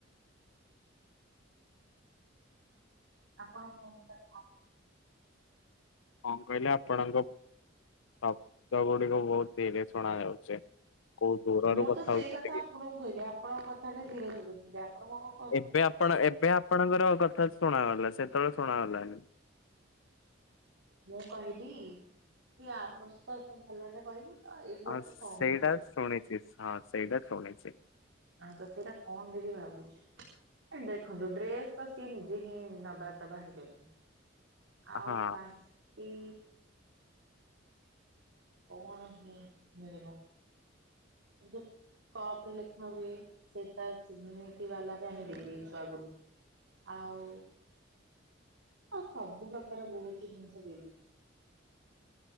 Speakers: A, on the right (about 75°); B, on the left (about 85°).
A: ଆପଣ କହୁନାହାନ୍ତି।
B: କଣ କହିଲେ? ଆପଣଙ୍କ ଶବ୍ଦ ଗୁଡିକ ବହୁତ ଧୀରେ ଶୁଣା ଯାଉଛି। କୋଉ ଦୂରରୁ
A: ମୁଁ ତ ସେଇ
B: ହଉଛନ୍ତି
A: କଥା
B: କି?
A: ଆପଣଙ୍କୁ କହିଲି ଆପଣଙ୍କ କଥାଟା ଧୀରେ ଶୁଭୁଚି। ଆପଣ ମୋ କ
B: ଏବେ ଆପଣ ଏବେ ଆପଣଙ୍କର କଥା ଶୁଣାଗଲା ସେତେବେଳେ ଶୁଣାଗଲାନି।
A: ମୁଁ କହିଲି କି ଆର ବର୍ଷ ତ ଏତେ ଭଲରେ କରିବୁ। ତ ଏଇ ବର୍ଷ
B: ହଁ ସେଇଟା
A: କମ୍ ହିଁ ଦବୁ।
B: ଶୁଣିଛି, ହଁ ସେଇଟା ଶୁଣିଛି।
A: ନା ତ ସେଇଟା କଣ ଦେବି ଭାବୁଛି। ଏ ଦେଖନ୍ତୁ ଡ୍ରେସ୍ ତ ସିଏ ନିଜେ ହିଁ ନବା ଦବା ହେଇ ଯାଉଛନ୍ତି। ଆଉ
B: ହଁ
A: ବାକି କଣ ହିଁ ମିଳିବ। ଯେ କପ୍ ରେ ଲେଖି ହୁଏ ସେଟା ସେ ନିତି ବାଲା ବି ଆମେ ଦେଇ ଦେଇଛୁ ଆଗରୁ। ଆଉ ଓ ସବୁ ପ୍ରକାର ବହୁତି ଜିନିଷ ଦେଇଦେଇଛୁ।